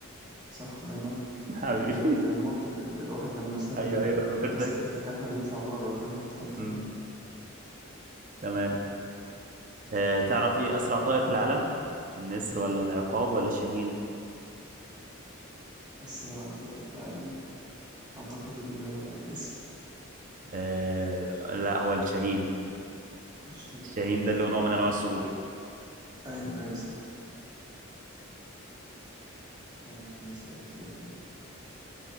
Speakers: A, on the right; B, on the right.
A: صح لأنه
B: <laughs> حبيبي
A: يعني بال- بالمنطق ال- الواحد لما مثلا
B: أيوه
A: بيبقى
B: أيوه ما فكرتش
A: مثلا
B: فيها كده
A: في حتة كاتمة بيطلع بره فاهم في حتة
B: مم، تمام أه... تعرف إيه أسرع طائر في العالم النسر ولا العقاب ولا الشاهين
A: بس بقى طائر في العالم أعتقد الجسر
B: آه لا هو الشاهين
A: عشان
B: الشاهين ده اللي هو نوع من انواع الصقور
A: أيوه أيوه صح أنا أنا أسألك سؤال تاني